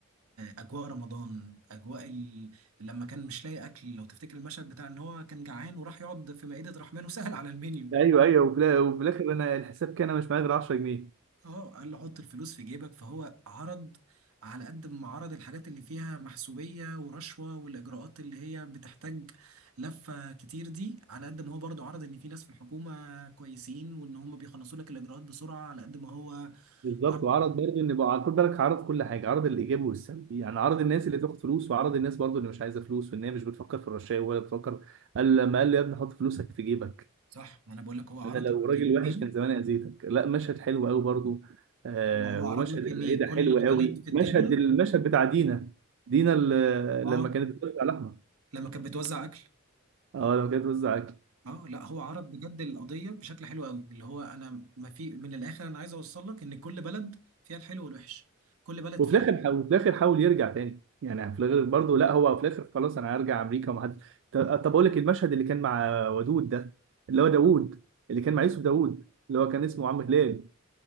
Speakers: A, on the right; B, on the right.
A: اجواء رمضان اجواء ال... لما كان مش لاقي اكل لو تفتكر المشهد بتاع ان هو كان جعان وراح يقعد في مائدة رحمن وسهل على المنيو
B: ايوه ايوه وفي الآ- وفي الاخر انا الحساب كان انا مش معايا غير 10 جنيه
A: اه قال له حط الفلوس في جيبك فهو عرض على قد ما عرض الحاجات اللي فيها محسوبية ورشوة والإجراءات اللي هي بتحتاج لفة كتير دي على قد ما هو برضه عرض إن في ناس في الحكومة كويسين وإن هم بيخلصوا لك الإجراءات بسرعة على قد ما هو
B: بالظبط
A: عرض
B: وعرض برضه ان بقى خد بالك عرض كل حاجه عرض الايجابي والسلبي يعني عرض الناس اللي بتاخد فلوس وعرض الناس برضه اللي مش عايزه فلوس وان هي مش بتفكر في الرشاوي ولا بتفكر قال لما قال لي يا ابني حط فلوسك في جيبك
A: صح ما أنا بقول لك هو عرض
B: انا لو
A: نقطتين
B: راجل وحش كان زمان اذيتك لا مشهد حلو قوي برضه آه
A: هو عرض
B: ومشهد
A: لك
B: العيله
A: إن كل
B: حلو قوي
A: بلد في الدنيا
B: مشهد المشهد بتاع دينا دينا ال-
A: اه
B: لما كانت بتوزع لحمه
A: لما كانت بتوزع أكل
B: اه لما كانت بتوزع اكل
A: اه لا هو عرض بجد القضيه بشكل حلو قوي اللي هو انا ما في من الاخر انا عايز اوصل لك ان كل بلد فيها الحلو والوحش كل بلد
B: وفي
A: فيها
B: الاخر حاول وفي الاخر حاول يرجع تاني يعني في الاخر برضه لا هو في الاخر خلاص انا هرجع امريكا ومحدش ط- طب اقول لك المشهد اللي كان مع ودود ده اللي هو داوود اللي كان مع يوسف داوود اللي هو كان اسمه عم هلال